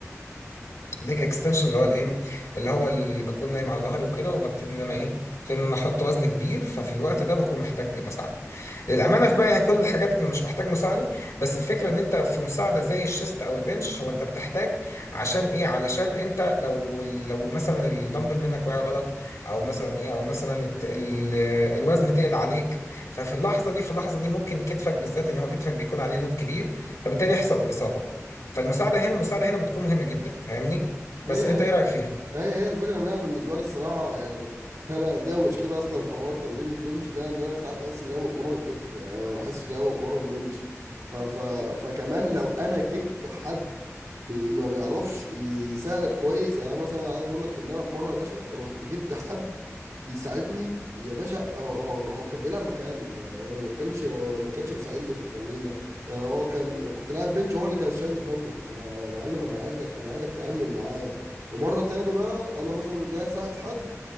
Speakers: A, on the left; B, on the right.
A: ليج اكستنشن اللي هو الايه اللي هو اللي بكون نايم على ظهري وكده وببتدي ان انا ايه ابتدي ان انا احط وزن كبير ففي الوقت ده بكون محتاج مساعده للامانه في باقي كل الحاجات انا مش محتاج مساعده بس الفكره ان انت في مساعده زي الشيست او البنش هو انت بتحتاج عشان ايه علشان انت لو لو مثلا الدمبل منك وقع غلط او مثلا ايه او مثلا الت- ال- الوزن تقل عليك ففي اللحظه دي في اللحظه دي ممكن كتفك بالذات ان هو كتفك بيكون عليه لود كبير فبالتالي يحصل اصابه فالمساعده هنا المساعده هنا بتكون مهمه جدا فاهمني
B: هي
A: بس انت
B: هي
A: ايه رايك فيها
B: هي هي الفكرة ان انا بالنسبة لي الصراحة يعني انا عندي مشكلة اصلا في حوار تمرين البنش ده ان انا ساعات بحس ان انا بتمرن كتف يعني ما بحسش ان انا بتمرن بنش ف ف فكمان لو انا جبت حد بي ما بيعرفش يساعد كويس يعني أنا مثلا عايز اقول لك ان انا مرة يا باشا رحت جبت حد يساعدني يا باشا هو هو هو كان بيلعب مكاني يعني هو ما كانش هو ما كانش بيساعدني في التمرين ده يعني هو كان كنت لاعب بنش هو اللي كان شايل الدمبل طب ما يا معلم انا عايزك انا عايزك تأمن معايا ومره تاني بقى انا مثلا جاي اساعد حد